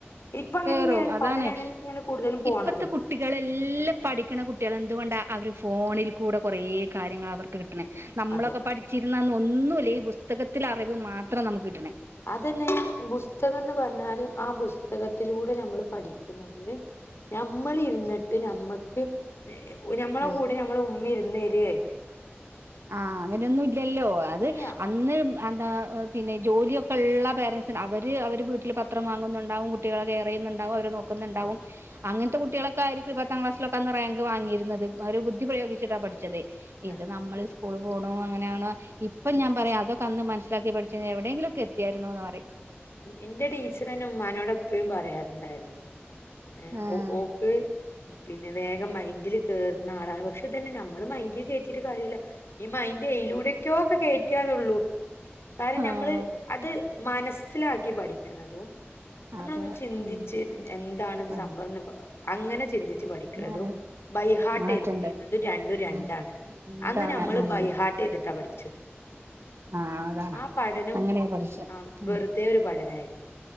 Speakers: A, on the left (about 75°); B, on the right (about 80°).
A: ഇപ്പ ഇങ്ങനെന്നെണ്
B: കേറും അതാണ്
A: പഠനം അങ്ങനെന്നെണ് കൂടുതലും പോണത്
B: ഇപ്പത്തെ കുട്ടികളെല്ലാം പഠിക്ണ കുട്ടികളാ എന്തു കൊണ്ടാ അവർ ഫോണിൽ കൂടെ കുറേ കാര്യങ്ങൾ അവർക്ക് കിട്ട്ണ് നമ്മളൊക്കെ
A: അതെ
B: പഠി ച്ചിരുന്നന്ന് ഒന്നുല്ല ഈ പുസ്തകത്തിലെ അറിവ് മാത്രം നമുക്ക് കിട്ട്ണേ
A: അതന്നെ പുസ്തകംന്ന് പർഞ്ഞാല് ആഹ് പുസ്തകത്തിലൂടെ നമ്മൾ പഠി ക്ക്ന്നതില് നമ്മള് ഇരുന്നിട്ട്
B: ആഹ്
A: നമ്മക്ക് നമ്മളെ
B: ആ
A: കൂടെ മ്മളെ ഉമ്മി ഇര്ന്നേരെ
B: ആഹ് അങ്ങനെന്നും ഇല്ലല്ലോ അത്
A: ഇല്ല
B: അന്ന് എന്താ പിന്നെ ജോലിയൊക്കെ ഇള്ള പേരൻസും അവര് അവര് വീട്ടില് പത്രം വാങ്ങുന്നുണ്ടാവും മു കുട്ടികളെ കേറയുന്നുണ്ടാവും അവര് നോക്കുന്നുണ്ടാവും
A: ആ
B: അങ്ങൻത്തെ കുട്ടികളോക്കെ ആയിരിക്കും പത്താം ക്ലാസ്സിലോക്കെ അന്ന് റാങ്ക് വാങ്ങിയിരുന്ന ഒരു ബുദ്ധി പ്രയോഗിച്ചിട്ടാ പഠിച്ചത് ഇത്
A: ആ
B: നമ്മള് സ്കൂള് പോണു അങ്ങനെയാണോ ഇപ്പം ഞാൻ പറയാ അതൊക്കന്ന് മനസിലാക്കി പഠിച്ച്ണെ എവിടെങ്കിലോക്കെ എത്തിയെരുന്നു എന്ന് പറയും
A: ഇന്റെ ടീച്ചറന്നേ ഉമ്മാനോട് എപ്പഴും പറയാറുണ്ടായിരുന്നു ഏഹ്
B: ആഹ്
A: ഓഹ് ക്ക് പിന്നെ വേഗം മൈന്റ്ല് കേറ്ണ ആളാണ് പക്ഷെ ഇതന്നെ നമ്മള് മൈന്റ്ല് കേറ്റിട്ട് കാര്യല്ല ഇമ്മ ഇന്റെ എയ്ലൂടെക്കോ കിട്ടി ക്കാനോള്ളൂ കാരണം
B: ആഹ്
A: നമ്മള് അത് മനസ്സിലാക്കി പഠിക്ക്ണതും നമ്മളൊന്ന്
B: അതെ
A: ചിന്തിച്ച്
B: ഉം
A: എന്താണ്ത്
B: പഠി
A: സംഭവം അങ്ങനെ ചിന്തി ച്ച് പഠിക്ക്ണതും
B: അങ്ങനെ
A: ബൈഹാർട്ട്
B: മാറ്റണ്ട്
A: എ ചെയ്യുന്നത് രണ്ടും രണ്ടാണ്
B: ഉം എന്താണ്
A: അന്ന് നമ്മള്
B: ഉം
A: ബൈഹാർട്ട് ചെയ്തിട്ടാ പഠിച്ചത്
B: ആഹ് അതാണ്
A: ആഹ് പഠനം
B: അങ്ങനെയാ പഠിച്ചെ
A: ആഹ്
B: ഉം
A: വെറുതെ ഒരു പഠനായിരുന്നു